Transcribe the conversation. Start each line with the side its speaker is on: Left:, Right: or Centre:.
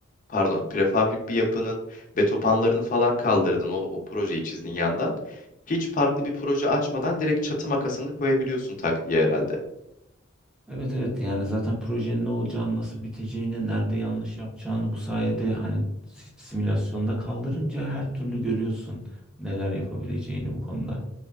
Left: pardon prefabrik bir yapının betopanlarını falan kaldırdın o, o projeyi çizdin yandan. Hiç farklı bir proje açmadan direkt çatı makasını koyabiliyorsun tak diye herhalde.
Centre: Evet evet yani zaten projenin ne olacağını, nasıl biteceğini, nerede yanlış yapacağını bu sayede hani si- simülasyonda kaldırınca her türlü görüyorsun neler yapabileceğini bu konuda.